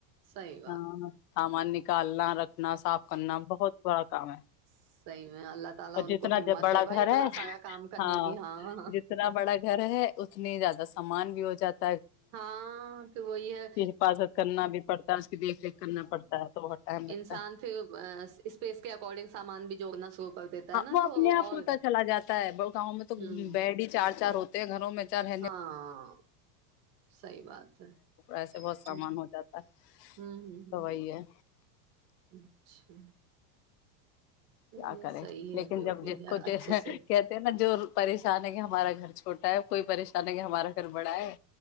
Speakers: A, on the right; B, on the left.
A: صحیح بات
B: ہاں
A: ہے
B: سامانیہ نکالنا رکھنا صاف کرنا بہت بڑا کام ہے۔
A: <unintelligible> تعالی
B: اور
A: ان
B: جتنا
A: کو ہمت
B: جب بڑا
A: دے بھائی
B: گھر
A: اتنا
B: ہے
A: سارا کام کرنے
B: ہاں
A: کی ہاں
B: جتنا بڑا گھر ہے اتنی زیادہ سامان۔۔۔ ہو جات <unintelligible>
A: ہاں پھر وہی ہے۔
B: حفاظت کرنا بھی پڑتا ہے اس کی دیکھ ریکھ کرنا پڑتا ہے تو بہت ٹائم لگتا
A: انسان
B: ہے
A: پھر اسپیس کے اکارڈنگ سامان بھی۔۔۔ <unintelligible> نا
B: وہ اپنے
A: تو اور
B: آپ ہوتا چلا جاتا ہے بڑ گاؤں میں تو
A: ہوں
B: بیڈ ہی چار چار ہوتا۔۔ گھروں میں چار رہنے
A: ہاں۔ صحیح بات ہے ہ
B: ایسے بہت سامان ہو جاتا ہے
A: ہوں ہ
B: تو وہی ہے
A: ہ اچھا۔۔
B: کیا
A: چلو
B: کرے
A: صحیح
B: لیکن
A: ہے جو
B: جب
A: بھی
B: ج
A: ہے
B: کوھ
A: اچھے
B: کہتے
A: سے
B: ہیں نا جو پریشان ہے کہ ہمارا گھر چھوٹا ہے کوئی پریشان ہے کہ ہمارا گھر بڑا ہے